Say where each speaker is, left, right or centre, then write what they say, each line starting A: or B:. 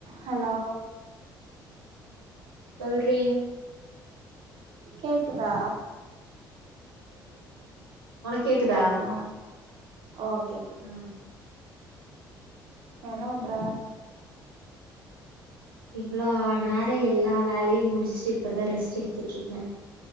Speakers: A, on the right (about 55°); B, on the right (about 85°).
A: Hello
B: சொல்றீ
A: கேக்குதா
B: உனக் கேக்குதா
A: ஆ ஓ கேக்கு
B: ஆ
A: அ என்ன பண்ற
B: இவ்வளோ நேரோ எல்லா வேலையு முடிச்சுட்டு இப்பதா ரெஸ்ட் எடுத்துட்ருக்க